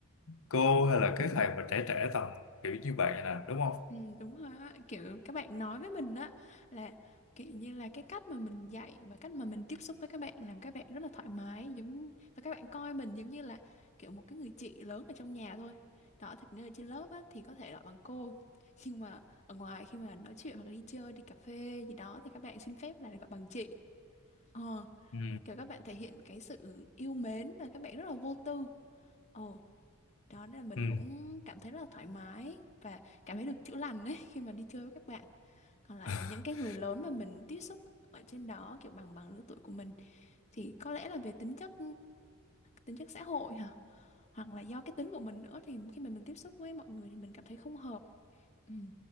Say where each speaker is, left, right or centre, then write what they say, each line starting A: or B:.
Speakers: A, on the left; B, on the left.
A: cô hay là các thầy mà trẻ trẻ tầm kiểu như vậy nè đúng không
B: Ừ, đúng rồi á kiểu các bạn nói với mình á là kiểu như là cái cách mà mình dạy và cách mà mình tiếp xúc với các bạn làm các bạn rất là thoải mái giống và các bạn coi mình giống như là kiểu một cái người chị lớn ở trong nhà thôi đó thực ra trên lớp á thì có thể gọi bằng cô <laughs> nhưng mà ở ngoài khi mà nói chuyện hoặc là đi chơi đi cà phê gì đó thì các bạn xin phép là gọi bằng chị ờ
A: ừ
B: kiểu các bạn thể hiện cái sự yêu mến và các bạn rất là vô tư Ờ đó nên là mình
A: ừ
B: cũng cảm thấy rất là thoải mái và cảm thấy được chữa lành đấy khi mà đi chơi với các bạn còn lại
A: <laughs>
B: là những cái người lớn mà mình tiếp xúc ở trên đó kiểu bằng bằng lứa tuổi của mình thì có lẽ là về tính chất tính chất xã hội hả hoặc là do cái tính của mình nữa thì khi mà mình tiếp xúc với mọi người thì mình cảm thấy không hợp ừ.